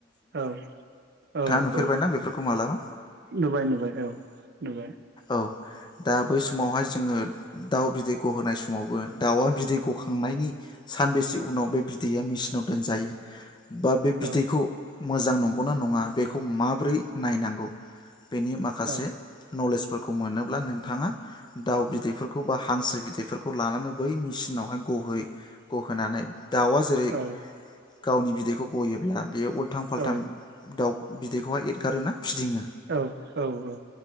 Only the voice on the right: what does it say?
औ औ
औ
नुबाय नुबाय औ नुबाय
औ
औ
औ
औ
औ औ औ